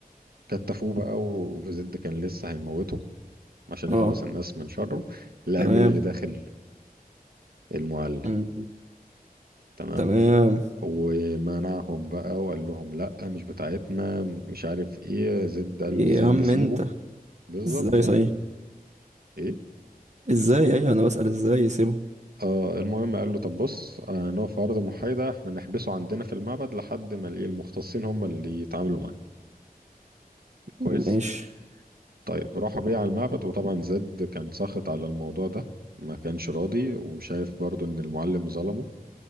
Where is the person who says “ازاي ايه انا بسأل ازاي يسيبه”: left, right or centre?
Right